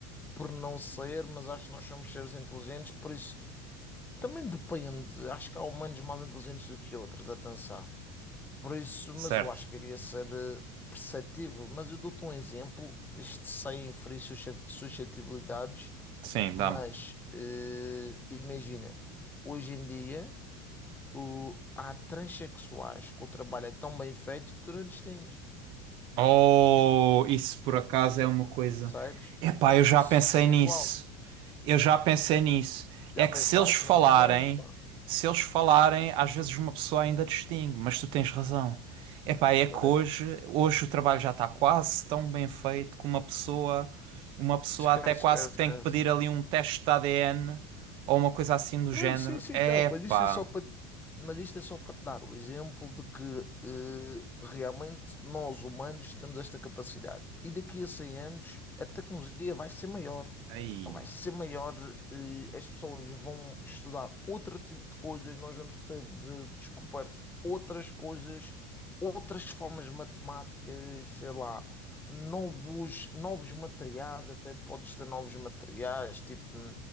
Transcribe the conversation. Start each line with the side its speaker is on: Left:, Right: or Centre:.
Left: por não ser, mas acho que nós somos seres inteligentes, por isso também depende. Acho que há humanos mais inteligentes do que outros, atenção. Por isso, mas
Right: certo.
Left: eu acho que iria ser eh, perceptível. Mas eu dou-te um exemplo, isto sem ferir susce- suscetibilidades,
Right: Sim,
Left: mas
Right: dá-me.
Left: eh, imagina, hoje em dia. O, há transexuais que o trabalho é tão bem feito que tu não distingues,
Right: Oh, isso por acaso é uma coisa.
Left: percebes?
Right: Epá,
Left: Por
Right: eu
Left: isso
Right: já pensei
Left: é
Right: nisso.
Left: igual.
Right: Eu já pensei nisso.
Left: Já
Right: É que
Left: pensaste?
Right: se eles falarem,
Left: Não te enganes, pá.
Right: se eles falarem, às vezes uma pessoa ainda distingue, mas tu tens razão. Epá, é que
Left: Tens.
Right: hoje, hoje o trabalho já está quase tão bem feito que uma pessoa, uma pessoa
Left: Esquece,
Right: até
Left: esquece,
Right: quase
Left: esquece.
Right: que tem que pedir ali um teste de ADN ou uma coisa assim do
Left: Não,
Right: género.
Left: sim, sim,
Right: Epá,
Left: não, mas isto é só para, mas isto é só para te dar o exemplo de que eh, realmente nós humanos temos esta capacidade. E daqui a 100 anos a tecnologia vai ser maior,
Right: aí.
Left: vai ser maior, eh, as pessoas vão estudar outro tipo de coisas, nós vamos ter eh, descoberto outras coisas, outras formas matemáticas, sei lá, novos, novos materiais, até podes ter novos materiais, tipo